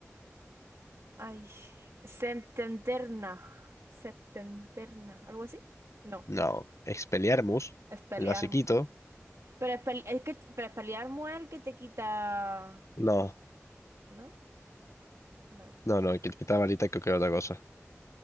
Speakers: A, on the right (about 80°); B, on the left (about 75°).
A: ay, septenterna. Septenterna, ¿algo así? No,
B: No. Expelliarmus,
A: Expelliarmus.
B: el basiquito.
A: Pero Expel- es que, pero Expelliarmus es el que te quita,
B: No,
A: ¿no? Vale,
B: no, no, que quita varita creo que otra cosa.